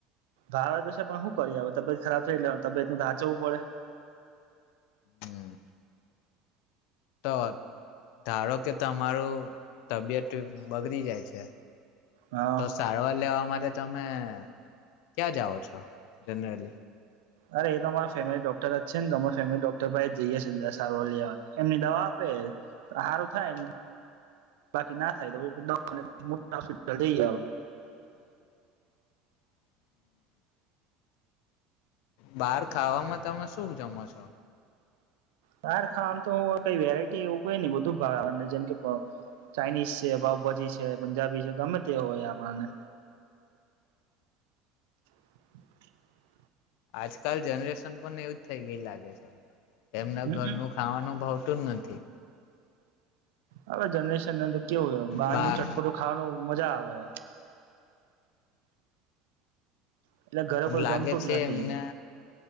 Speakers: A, on the right (about 65°); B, on the left (about 55°).
A: ભાવે તો છે પણ શું કરીએ હવે તબિયત ખરાબ થઈ એટલે તબિત ન ધાંચવું પડે
B: હમ તો ધારો કે તમારું તબિયત બગડી જાય છે
A: હા
B: તો સારવાર લેવા માટે તમે ક્યાં જાઓ છો જનરલી
A: અરે એ તો અરા ફેમિલી ડોક્ટર જ છે ને તો અ ફેમિલી ડોક્ટર ભ જઈએ છે સારવાર લેવા એમની દવા આપે સારું થાય બાકી ના થાય તો મોટા હોસ્પિટલ જઈ
B: બહાર ખાવામાં તમે શું જમો છો
A: સાર ખા આમ તો કઈ વેરાયટી એવું કઈ નહી બધું ભાગને જેમ કે ચાઇનીઝ છે ભઉભાજી છે પંજાબી છે ગમે તે હોય આપણને <inaudible>
B: આજકાલ જનરેશન પણ એવુંજ થઈ ગય લાગે છે એમને
A: હમ
B: ઘરનું ખાવાનું બ પૂતું નથી
A: આવજ જનરેશન ને અંદર કેવું હો બહાર
B: બા
A: નું ચટપટું ખાવાનું મજા આવે એટલે ઘરે
B: પણ
A: કોઈ
B: લાગે
A: જમતું
B: છે
A: જ નથી
B: એમને